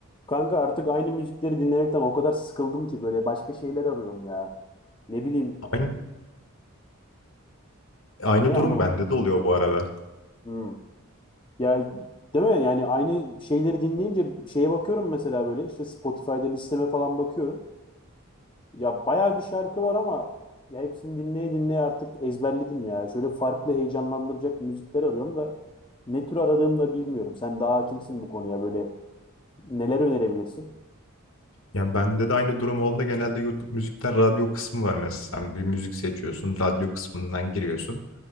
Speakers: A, on the left; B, on the left.
A: Kanka artık aynı müzikleri dinlemekten o kadar sıkıldım ki böyle başka şeyler arıyorum ya. Ne bileyim
B: Aynı, aynı
A: ne
B: durum
A: anlamadım.
B: bende de oluyor bu arada.
A: Hmm. Ya değil mi? Yani aynı şeyleri dinleyince şeye bakıyorum mesela böyle işte Spotify'da listeme falan bakıyorum. Ya bayağı bir şarkı var ama ya hepsini dinleye dinleye artık ezberledim ya. Şöyle farklı heyecanlandıracak müzikler arıyorum da ne tür aradığımı da bilmiyorum. Sen daha hakimsin bu konuya böyle neler önerebilirsin?
B: Yani bende de aynı durum olduğunda genelde YouTube müzikten radyo kısmı var mesela. Bir müzik seçiyorsun, radyo kısmından giriyorsun.